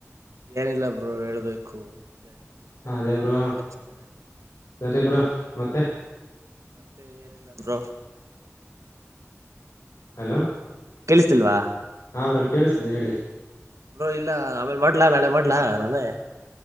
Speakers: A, on the right; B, on the left.
A: ಏನಿಲ್ಲ ಬ್ರೋ ಹೇಳ್ಬೇಕು. ಅದೇ ಸೆಮೆಂಡ್
B: ಹದೇ
A: ಅಲ್ವಾ
B: ಬ್ರೋ
A: ಎಕ್ಸಾಮ್ಸ್ ಇದ್ದಾವೆ
B: ಸರಿ ಬ್ರೋ ಮತ್ತೆ
A: ಮತ್ತೆ ಏನಿಲ್ಲಬ್ರು
B: ಹಲೋ
A: ಕೇಳಿಸಿಲ್ವಾ
B: ಹ್ರ ಕೇಳಿಸ್ತಿದೆ ಹೇಳಿ
A: ಬ್ರೋ ಇಲ್ಲ ಆಮೇಲೆ ಮಾಡ್ಲಾ ನಾಳೆ ಮಾಡ್ಲಾ ನಾನೇ